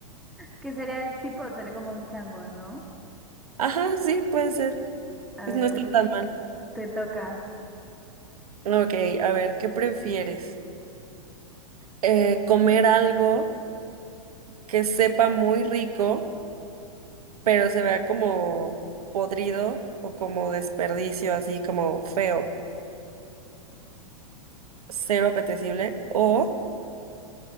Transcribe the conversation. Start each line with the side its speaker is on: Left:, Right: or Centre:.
Centre: Que sería el tipo de ser como un chango, ¿no?
Right: Ajá, sí, puede ser.
Centre: A
Right: Pues
Centre: ver,
Right: no está
Centre: te,
Right: tan mal.
Centre: te toca.
Right: Ok, a ver, ¿qué prefieres? Eh, ¿comer algo que sepa muy rico, pero se vea como podrido o como desperdicio, así como feo? cero apetecible o